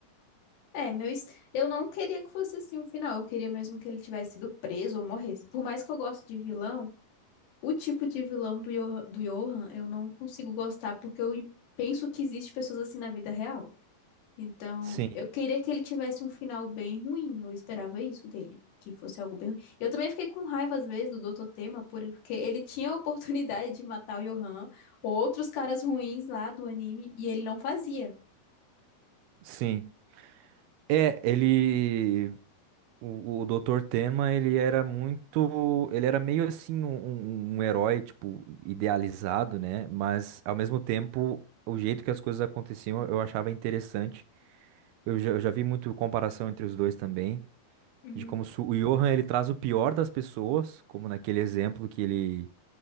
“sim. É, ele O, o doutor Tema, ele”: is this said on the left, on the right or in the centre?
Right